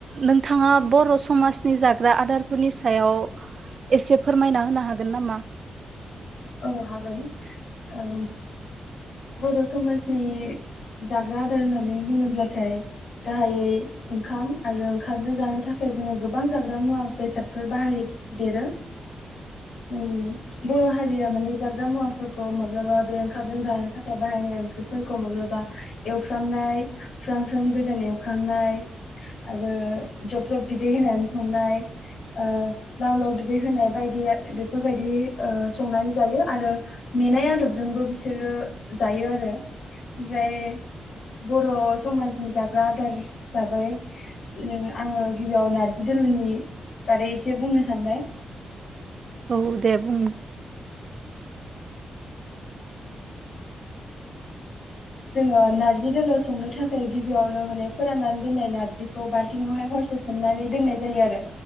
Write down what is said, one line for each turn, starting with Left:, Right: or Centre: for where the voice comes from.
Right: नोंथाङा बर' समाजनि जाग्रा आदारफोरनि सायाव एसे फोरमायना होनो हागोन नामा?
Left: औ हागोन। औ बर' समाजनि जाग्रा आदार होननानै होनोब्लाथाय गाहायै ओंखाम आरो ओंखामजों जानो थाखाय जोङो गोबां जाग्रा मुवा बेसादफोर बाहाय देरो उम बर' हारिया माने जाग्रा मुवाफोरखौ माब्लाबा बे ओंखामजों जानो थाख बाहायनाय ओंख्रिफोरखौ माब्लाबा एवफ्रामनाय फ्राम फ्राम गोरान एवखांनाय आरो जब जब बिदै होनानै संनाय ओ लाव लाव बिदै होनाय बायदि ओ बे बेफोरबायदि ओ संनानै जायो। आरो मेनाय आदबजोंबो बिसोरो जायो आरो ओमफ्राय बर' समाजनि जाग्रा आदार हिसाबै उम आङो गिबियाव नारजि दोलोनि बारै एसे बुंनो सानबाय।
Right: औ दे बुं
Left: जोङो नारजि दोलो संनो था थाय गिबियावनो माने फोरानना दोननाय नारजिखौ बालथिं आवहाय हरसे सोमनानै दोननाय जायो आरो